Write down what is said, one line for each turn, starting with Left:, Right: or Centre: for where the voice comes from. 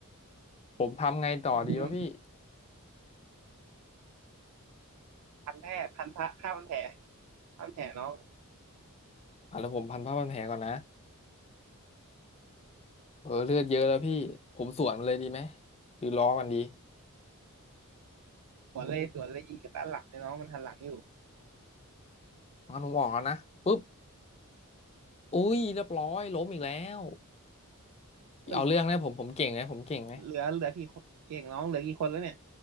Left: ผมทำไงต่อดีวะพี่
Right: ำอืมพันแผลพันพระข้าพันแผลข้าพันแผลน้อง
Left: อ่ะแล้วผมพันผ้าพันแผลก่อนนะเออเลือดเยอะแล้วพี่ผมสวนมันเลยดีไหมหรือล้อมันดี
Right: สวนเลยสวนเลยยิงกับด้านหลังเนี่ยน้องมันหันหลังอยู่
Left: งั้นผมออกแล้วนะปุ๊บอุ้ยเรียบร้อยล้มอีกแล้ว
Right: เอ้ย
Left: เอาเรื่องนะผมผมเก่งไหมผมเก่งไหม
Right: เหลือเหลือกี่คนเก่งน้องเหลือกี่คนแล้วเนี่ย